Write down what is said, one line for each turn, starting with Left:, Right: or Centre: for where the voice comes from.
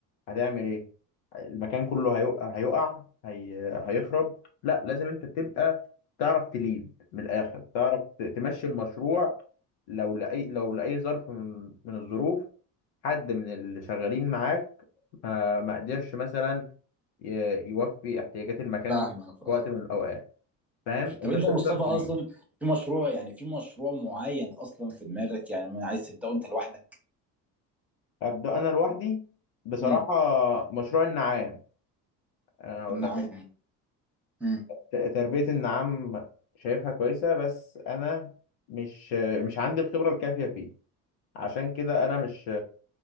Left: هتعمل ايه المكان كله هيقع هيقع هي... هيخرب لا لازم انت تبقى تعرف تليد من الآخر تعرف ت- تمشي المشروع لو لأي لو لأي ظرف من من الظروف حد من اللي شغالين معاك ما ما قدرش مثلا ي... يوفي احتياجات المكان
Centre: فاهمك
Left: دي في
Centre: اه
Left: وقت من الأوقات فاهم
Centre: طب
Left: انت
Centre: انت
Left: تقدر
Centre: يا مصطفى
Left: تليد
Centre: اصلا في مشروع يعني في مشروع معين اصلا في دماغك يعني ما عايز تبدأه انت لوحدك
Left: هبدأ أنا لوحدي بصراحة
Centre: امم
Left: مشروع النعام أنا هقول
Centre: النعام
Left: لك
Centre: امم
Left: ت- تربية النعام شايفها كويسة بس أنا مش مش عندي الخبرة الكافية فيه عشان كده أنا مش